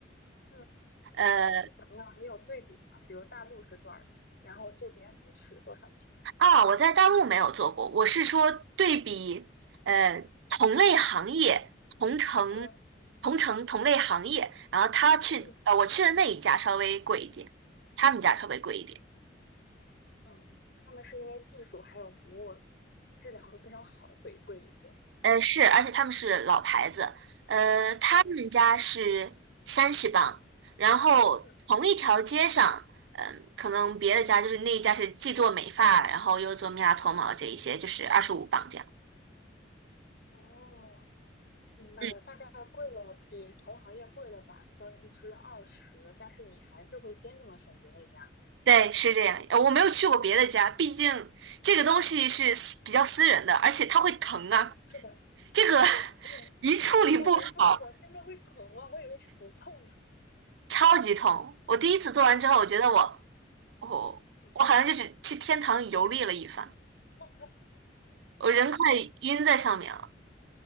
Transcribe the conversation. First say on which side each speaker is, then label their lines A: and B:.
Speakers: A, on the left; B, on the right.
A: 嗯，
B: 呃，
A: 大概是怎么样？你有对比吗？比如大陆是多少钱，然后这边的是多少钱？
B: 啊，我在大陆没有做过，我是说对比呃同类行业、同城、
A: 呃，
B: 同城同类行业，然后他去呃我去的那一家稍微贵一点，
A: 嗯
B: 他们家稍微贵一点。
A: 嗯，他们是因为技术还有服务质量都非常好，所以贵一些。
B: 呃，是，而且他们是老牌子，呃，他们家是三十磅，
A: 哦，
B: 然后同一条街上，
A: 嗯，
B: 嗯、可能别的家就是那一家是既做美发，然后又做蜜蜡脱毛这一些，就是二十五磅这样子。
A: 哦，明白了，
B: 嗯，
A: 大概贵了，比同行业贵了百分之二十，但是你还是会坚定的选择那家。
B: 对，是这样。呃我没有去过别的家，毕竟这个东西是私比较私人的，而且它会疼啊，
A: 嗯，是的，
B: 这个 <laughs>
A: 哦，
B: 一处理不好，
A: 我没做过，真的会疼吗？我以为是不痛的。
B: 超级痛。我第一次做完之后，我觉得我我我好像就是去天堂游历了一番。
A: 嗯 <laughs>，哇，
B: 我人快晕在上面了，